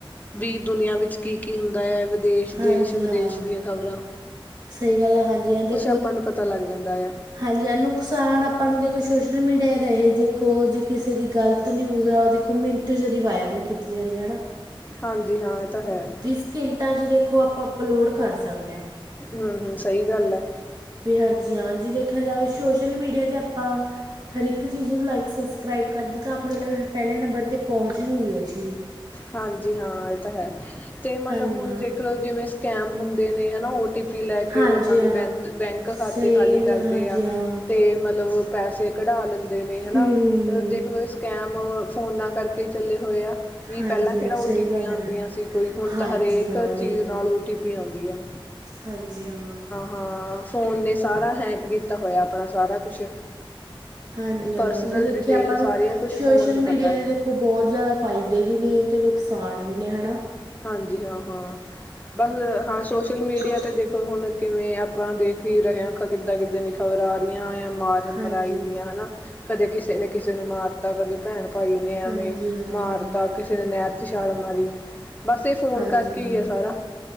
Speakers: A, on the left; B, on the right.
A: ਵੀ ਦੁਨੀਆਂ ਵਿੱਚ ਕੀ-ਕੀ ਹੁੰਦਾ ਏ, ਵਿਦੇਸ਼,
B: ਹਾਂਜੀ
A: ਦੇਸ਼- ਵਿਦੇਸ਼
B: ਹਾਂ
A: ਦੀਆਂ ਖ਼ਬਰਾਂ।
B: ਸਹੀ ਗੱਲ ਏ, ਹਾਂਜੀ ਆਂਦੇ
A: ਤੇ ਆਪਾਂ ਨੂੰ ਪਤਾ ਲੱਗ ਜਾਂਦਾ ਆ।
B: ਹਾਂਜੀ ਆ ਨੁਕਸਾਨ ਆਪਾਂ ਨੂੰ ਦੇਖੋ, ਸੋਸ਼ਲ ਮੀਡੀਆ ਦਾ ਇਹ ਦੇਖੋ, ਜੇ ਕਿਸੇ ਦੀ ਗ਼ਲਤ ਨਿਊਜ਼ ਆ ਓ ਉ ਮਿੰਟ ਚ ਓਦੀ ਵਾਏਰਲ ਕੀਤੀ ਜਾਂਦੀ ਏ ਹਨਾ।
A: ਹਾਂਜੀ, ਹਾਂ, ਏਅ ਤਾਂ ਹੈ।
B: ਵੀਹ ਸਕਿੰਟਾਂ 'ਚ ਦੇਖੋ, ਆਪਾਂ ਅਪਲੋਡ ਕਰ ਸਕਦੇ ਆਂ।
A: ਹੂੰ -ਹੂੰ, ਸਹੀ ਗੱਲ ਏ।
B: ਵੀ ਹਾਂਜੀ ਹਾਂ, ਜੇ ਦੇਖੇਆ ਜਾਵੇ, ਸੋਸ਼ਲ ਮੀਡੀਆ ਤੇ ਆਪਾਂ ਹਰ ਇੱਕ ਚੀਜ਼ ਨੂੰ ਲਾਈਕ ਸਬਸਕ੍ਰਾਈਬ ਕਰਦੇ, ਤਾਂ ਆਪਨੇ ਲਈ ਪਹਿਲੇ ਨੰਬਰ 'ਤੇ ਪਹੁੰਚ ਜੂਗੀ ਓ ਜੀ।
A: ਹਾਂਜੀ ਹਾਂ, ਇਹ ਤਾਂ ਹੈ, ਤੇ ਮਤਲਬ
B: ਹਾਂਜੀ
A: ਹੁਨ
B: ਹਾਂ
A: ਦੇਖ ਲਓ, ਜਿਵੇਂ ਸਕੈਮ ਹੁੰਦੇ ਨੇ ਹਨਾ, ਓ ਟੀ ਪੀ ਲੈ
B: ਹਾਂਜੀ
A: ਕੇ ਲੋਕਾਂ ਦੇ
B: ਹਾਂ
A: ਬੈਂਤ- ਬੈਂਕ
B: ਸਹੀ
A: ਖਾਤੇ ਖਾਲੀ
B: ਗੱਲ
A: ਕਰਦੇ
B: ਹੈ ਹਾਂਜੀ
A: ਆ।
B: ਹਾਂ
A: ਤੇ ਮਤਲਬ ਓ ਪੈਸੇ ਕਢਾ ਲੈਂਦੇ ਨੇ ਹਨਾ,
B: ਹੂੰ
A: ਦੇਖ ਲਓ ਇਸ ਕੈਮ ਫੋਨਾਂ ਕਰਕੇ ਹੀ ਚੱਲੇ ਹੋਏ ਆ। ਵੀ
B: ਹਾਂਜੀ
A: ਪਹਿਲਾਂ ਕੇਹੜਾ
B: ਹਾਂ
A: ਓ
B: ਸਹੀ
A: ਟੀ
B: ਗੱਲ
A: ਪੀ
B: ਹੈ
A: ਆਂਦੀਆਂ
B: ਮੈਡਮ
A: ਸੀ, ਕੋਈ ਹੁਨ
B: ਹਾਂਜੀ
A: ਤਾਂ ਹਰੇਕ
B: ਹਾਂ ਦੇਖੋ
A: ਚੀਜ਼ ਨਾਲ ਓ ਟੀ ਪੀ ਆਂਦੀ ਆ।
B: ਹਾਂਜੀ, ਹਾਂ।
A: ਹਾਂ, ਫੋਨ ਨੇ ਸਾਰਾ ਹੈਂਕ ਕੀਤਾ ਹੋਏਆ, ਆਪਨਾ ਸਾਰਾ ਕੁਛ
B: ਹਾਂਜੀ, ਹਾਂ
A: ਪਰਸਨਲ
B: ਜੇ ਦੇਖੀਏ,
A: ਡਿਟੇਲ
B: ਆਪਾਂ
A: ਸਾਰੀਆਂ
B: ਨੂੰ
A: ਕੁਛ
B: ਸੋਸ਼ਲ
A: ਫੋਨ ਨੂੰ
B: ਮੀਡੀਆ
A: ਪਤਾ ਏ।
B: ਦੀ ਦੇਖੋ। ਓ ਬੋਹਤ ਜੇਆਦਾ ਫ਼ਾਏਦੇ ਵੀ ਨੇ, ਤੇ ਨੁਕਸਾਨ ਵੀ ਨੇ ਹਨਾ।
A: ਹਾਂਜੀ- ਹਾਂ, ਹਾਂ ਬਸ ਹਾਂ ਸੋਸ਼ਲ ਮੀਡੀਆ
B: ਸੋਸ਼ਲ
A: ਤੇ ਦੇਖੋ ਖੋ ਹੁਨ ਕਿਵੇਂ ਆਪਾਂ ਦੇਖ ਹੀ ਰਹੇ ਆਂ, ਕਿੱਦਾਂ- ਕਿੱਦਾਂ ਦੀ ਖ਼ਬਰ ਆ ਰਹੀਆਂ ਆਂ। ਮਾਰਮ-
B: ਹਾਂਜੀ
A: ਮਰਾਈ ਦੀਆਂ ਹਨਾ। ਕਦੇ ਕਿਸੇ ਨੇ ਕਿਸੇ ਨੂੰ ਮਾਰਤਾ ਕਦੇ ਭੈਣ-ਭਾਈ ਨੇ ਐਵੇਂ
B: ਹਾਂਜੀ ਹਾਂ
A: ਮਾਰਤਾ। ਕਿਸੇ ਨੇ ਨਹਿਰ ਚ ਛਾਲ ਮਾਰੀ, ਬਸ ਏ ਫੋਨ
B: ਹਾਂਜੀ
A: ਕਰਕੇ
B: ਹਾਂ
A: ਈ ਆ ਸਾਰਾ।